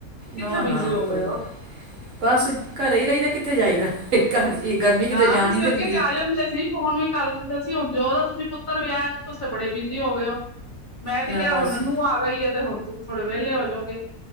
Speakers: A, on the left (about 35°); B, on the right (about 60°).
A: ਕਿੱਥੇ
B: ਨਾ, ਨਾ,
A: ਬਿਜੀ ਹੋ
B: ਕੋਈ
A: ਗਏ
B: ਨੀ।
A: ਹੋ?
B: ਬਸ ਘਰੇ ਹੀ ਰਹੀਦਾ, ਕਿੱਥੇ ਜਾਈਦਾ ਘਰ ਚ ਗਰਮੀ ਕਿਤੇ
A: ਨਾ,
B: ਜਾਣ
A: ਤੁਸੀਂ
B: ਨਹੀਂ ਦਿੰਦੀ
A: ਅੱਗੇ ਤੇ ਆ ਜਾਂਦੇ ਸੀ। ਫੋਨ ਵੀ ਕਰ ਲੈਂਦੇ ਸੀ। ਹੁਣ ਜਦੋ ਦਾ ਤੁਸੀਂ ਪੁੱਤਰ ਵਿਆਹ ਹੋਏ, ਤੁਸੀਂ ਬੜੇ ਬਿਜੀ ਹੋ ਗਏ ਹੋ। ਮੈਂ ਤੇ
B: ਨਾ
A: ਕਿਹਾ,
B: ਬਸ
A: ਹੁਣ ਨੂੰਹ ਆ ਗਈ ਆ। ਤੇ ਹੁਣ ਤੁਸੀਂ ਥੋੜੇ ਵਿਹਲੇ ਹੋ ਜਾਓਗੇ।